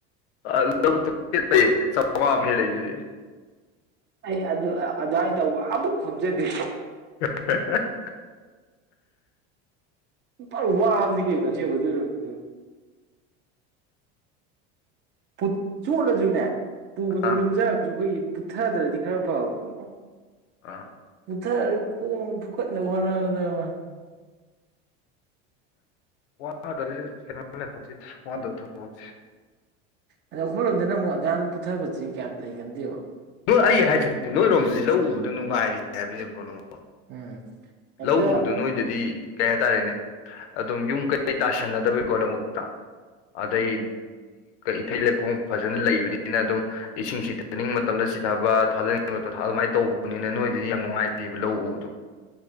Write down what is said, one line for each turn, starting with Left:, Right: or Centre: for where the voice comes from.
Left: ꯑꯥ ꯂꯕꯨꯛꯇꯨ ꯄ‌ꯦꯠꯄꯩ ꯆꯋꯥꯕꯅ‌ꯦ ꯂꯩꯗꯨꯗꯤ
Right: ꯑꯩ ꯑꯗꯨ ꯑꯗꯨꯋꯥꯏ ꯗꯥ ꯋꯥ ꯑꯃꯨꯛ ꯈꯣꯝꯖꯗꯦ
Left: <unintelligible>
Right: ꯐꯥ ꯋꯥꯕꯅꯤ ꯀꯩꯅ‌ꯣ ꯑꯁ‌ꯦꯡꯕꯥ ꯑꯗꯨ ꯅꯨꯃꯤꯠ ꯇꯨꯗꯤ ꯐꯨꯠ ꯆꯣꯠꯂꯖꯨꯅꯦ ꯄꯨꯕꯗꯥ
Left: ꯑꯥ
Right: ꯂꯨꯝꯖꯔꯖꯨ ꯑꯩꯈꯣꯏꯒꯤ ꯄꯨꯠꯊꯗ꯭ꯔꯗꯤ ꯈꯔ ꯐꯕ ꯈꯪꯕ꯭ꯔꯣ
Left: ꯑꯥ
Right: ꯄꯨꯨꯊꯔꯥꯒ ꯈꯣꯡ ꯐꯨꯛꯀꯠꯅꯕ ꯍꯣꯠꯅꯕꯗ ꯕꯥ
Left: ꯍ‌‌ꯣꯏ <unintelligible> ꯋꯥꯟ ꯇꯧ ꯊ‌ꯣꯛꯍꯧꯁ‌ꯦ
Right: ꯑꯗ ꯑꯩꯈꯣꯏ ꯔ‌ꯣꯝꯗꯅ ꯑꯃꯨꯛ ꯑꯗꯌꯥꯝꯅ ꯄꯨꯠꯊꯕꯖ‌ꯦ ꯀꯌꯥ ꯂꯩꯒꯟꯗꯦꯕ
Left: ꯅꯣꯏ ꯑꯩ ꯍꯥꯏꯖꯤꯅꯤ ꯅꯣꯏꯔꯣꯝꯗꯗꯤ ꯂꯧ ꯎꯕꯗꯣ ꯅꯨꯡꯉꯥꯏꯌ‌ꯦ ꯍꯥꯏꯕꯅꯤꯅꯦ ꯕ꯭ꯔꯣ ꯅꯪ
Right: ꯎꯝ ꯍꯦꯛꯇ
Left: ꯂꯧ ꯎꯕꯗ‌ꯣ ꯅꯣꯏꯗꯗꯤ ꯀꯩ ꯍꯥꯏꯇꯥꯔꯦꯅꯦ ꯑꯗꯨꯝ ꯌꯨꯝ ꯀꯩꯀꯩ ꯇꯥꯁꯟꯅꯗꯕꯩꯀꯣ ꯂꯧꯕꯨꯛꯇ ꯑꯗꯩ
Right: ꯎꯝ
Left: ꯏꯊꯩ ꯂꯩꯈꯣꯡ ꯐꯖꯅ ꯂꯩꯕꯅꯤꯅ ꯑꯗꯨꯝ ꯏꯁꯤꯡ ꯆꯤꯊꯥꯅꯤꯡꯕ ꯃꯇꯝꯗ ꯆꯤꯊ ꯊꯥ ꯀ ꯇꯣꯊꯥ ꯑꯗꯨꯃꯥꯏꯅ ꯇꯧꯕꯅꯤꯅ ꯅꯣꯏꯗꯗꯤ ꯌꯥꯝ ꯅꯨꯡꯉꯥꯏꯖꯩꯑꯕ ꯂꯧ ꯎꯕꯗꯣ